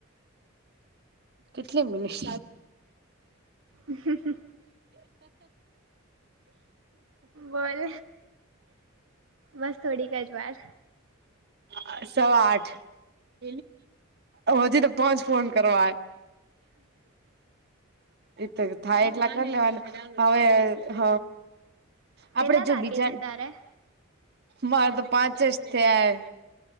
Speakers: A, on the right; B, on the right.
A: કેટલી મિનિટ.
B: હમહ. બોલ બસ થોડી કજ વાર.
A: અ સવા આઠ પ હજી તો પોચ ફોન કરવા આજ. એ તો થાય એટલા કરી લેવાનું હવે હ. આપડે
B: કેટલા
A: જો
B: બાકી
A: બીજા
B: છે તારે
A: મારે તો પાંચ જ થયા હે.